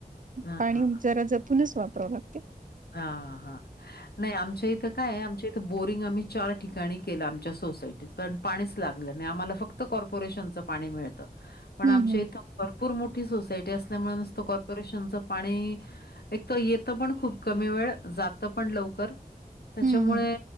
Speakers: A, on the left; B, on the right.
A: हां,
B: पाणी
A: हां.
B: जरा जपूनच वापरावं लागते.
A: हा हा नाही आमच्या इथं काय आहे, आमच्या इथं बोरिंग आम्ही चार ठिकाणी केलं आमच्या सोसाय त पण पाणीच लागलं नाही, आम्हाला फक्त कॉर्पोरेशनचं पाणी मिळतं. पण
B: हम्म
A: आमच्या
B: हम्म.
A: इथं भरपूर मोठी सोसायटी असल्यामुळे नुसतं कॉर्पो रेशनचं पाणी, एकतर येतं पण खूप कमी वेळ, जातं पण लवकर. त्याच्यामुळे
B: हम्म हम्म.